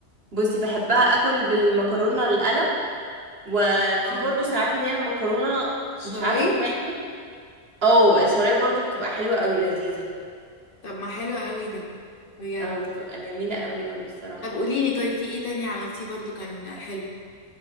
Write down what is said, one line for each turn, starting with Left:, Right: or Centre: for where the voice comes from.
Right: بصي بحبها اكل بالمكرونه القلم وفي
Left: اه
Right: برضو ساعات اللي هي المكرونه
Left: شرايط
Right: مش عارفه اسمها ايه اه الشرايح برضو بتبقى حلوه قوي لذيذه
Left: طب ما حلو قوي ده بجد
Right: او بتبقى جميله قوي قوي الصراحه
Left: طب قوليلي طيب في ايه تاني عملتيه برضو كان حلو